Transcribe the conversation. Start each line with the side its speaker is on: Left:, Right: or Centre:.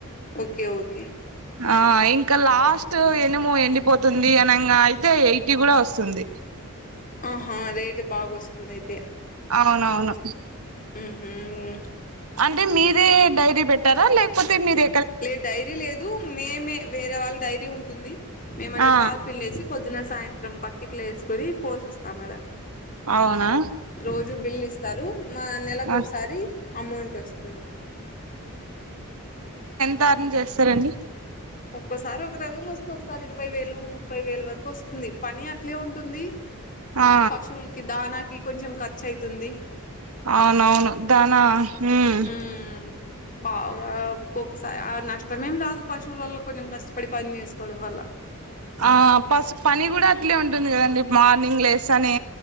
Left: ఓకే ఓకే
Right: ఆ ఇంకా లాస్ట్ ఎనుము ఎండిపోతుంది అనంగా అయితే ఎయిటీ కూడా వస్తుంది.
Left: అహా రేట్ బాగా వస్తుంది అయితే.
Right: అవునవును.
Left: ఊ హూమ్
Right: అంటే మీరే డైరీ పెట్టారా లేకపోతే మీరె
Left: లేదు డైరీ లేదు. మేమే వేరే వాళ్ళ డైరీ ఉంటుంది. మేమన్ని
Right: ఆ
Left: పాలు పిల్లేేసి పొద్దున సాయంత్ త్రం బకెట్లో వేసుకోని పోసొస్తాం ఆడ.
Right: అవునా
Left: రోజు బిల్లు ఇస్తారు. మా నెలకు
Right: ఆ
Left: ఒకసారి అమౌంట్ వస్తుంది.
Right: తారణ చేస్తరండి.
Left: ఒక్కోసారి ఒక రకంగా వస్తుంది ఒకసారి ఇరవై వేలు ముప్పై వేలు వరకు వస్తుంది. పని అట్లే ఉంటుంది
Right: ఆ
Left: పశువులకి దానాకి కొంచెం ఖర్చు అయితుంది.
Right: అవునవును దానా మ్మ్
Left: హ్మ్ బాగా ఒక్కొక్కసారి ఆ నష్టమేం రాదు పస్ స్ట్ <unintelligible> ల్ల కొంచెం కష్టపడి పని చేసుకోవడం వల్ల
Right: ఆ పసు పని కూడా అట్లే ఉంటుంది కదండి. మార్నింగ్ లేస్తేనే